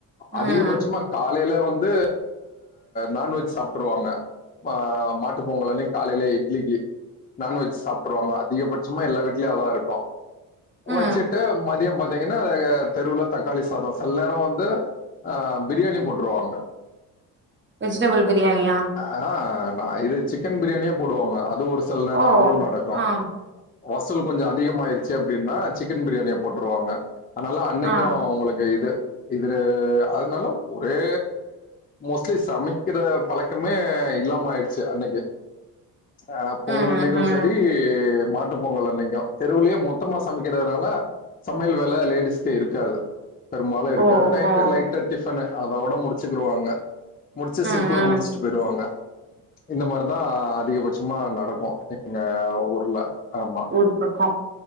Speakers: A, on the right (about 30°); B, on the left (about 20°).
A: ம்
B: அதிகபட்சமா காலைல வந்து நாான்வெஜ் சாப்ட்ருவாங்க ஆ மாட்டுப்பொங்கல் அன்னைக் காலைலே இட்லிக்கி நான்வெஜ் சாப்ட்ருவாங்க அதிகபட்சமா எல்லா வீட்லயு அதாருக்கு
A: ஆ
B: வச்சுட்டு மதியோ பாத்தீங்கன்னா எ தெருவுல தக்காளி சாதோ செல் நேரோ வந்து ஆ பிரியாணி போட்ருவாங்க
A: வெஜிடபிள் பிரியாணியா
B: ஆனா நா இது சிக்கன் பிரியாணியே போடுவாங்க அது ஒரு செல் நேரோ
A: ஓ
B: அதுவு நடக்கு
A: ஆ
B: வசூல் கொஞ்சோ அதிகமாய்ருச்சு அப்டின்னா சிக்கன் பிரியாணிய போட்ருவாங்க ஆனால அன்னைக்கு
A: ஆ
B: அவுங்களுக்கு இது இதுல அதுனாலு ஒரே மோஸ்ட்லி சமைக்கிற பழக் கமே இல்லாம ஆய்டுச்சு அன்னக்கி ஆ பொங்கல்
A: ம்
B: அன்னைக்கு
A: ம்
B: செரி மாட்டுப் பொங்கல் அன்னைக்கு தெருவுலே மொத்தமா சமைக்கிறதுனால சமையல் வேல லேடிஸ்க்கு இருக்காது பெரும்பாலு இருக்காது
A: ஓஹோ
B: நைட்டு லைட்டா டிஃபனு அதோட முடிச்சுக்குருவாங்க முடிச்சு
A: ம்
B: சிம்பிளா
A: ம்
B: முடிச்சுட் போய்டுவாங்க இந்த மார்தா அதிகபட்சமா நடக்கு எங்க ஊர்ல ஆமா
A: ஊர் பக்கோ